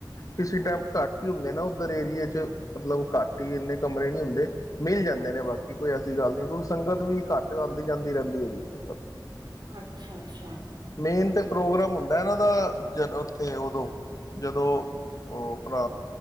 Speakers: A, on the left; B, on the right.
A: ਕਿਸੀ ਟਾਈਮ ਘੱਟ ਹੀ ਹੁੰਦੇ ਨਾ ਉੱਧਰ ਏਰੀਏ ਚ ਮਤਲਬ ਘੱਟ ਹੀ ਇੰਨੇ ਕਮਰੇ ਨੀ ਹੁੰਦੇ। ਮਿਲ ਜਾਂਦੇ
B: ਅੱਛਾ
A: ਨੇ ਬਾਕੀ ਕੋਈ ਐਸੀ ਗੱਲ ਨਹੀਂ। ਕਿਉਂਕਿ ਸੰਗਤ ਵੀ ਘੱਟ ਆਉਂਦੀ ਜਾਂਦੀ ਰਹਿੰਦੀ ਹੈਗੀ ਸੰਗਤ
B: ਅੱਛਾ ਅੱਛਾ
A: ਮੇਨ ਤੇ ਪ੍ਰੋਗਰਾਮ
B: ਅੱਛਾ।
A: ਹੁੰਦਾ ਹੈ ਨਾ। <unintelligible> ਜਦ ਉੱਥੇ ਉਦੋਂ ਜਦੋਂ ਉਹ ਭਰਾ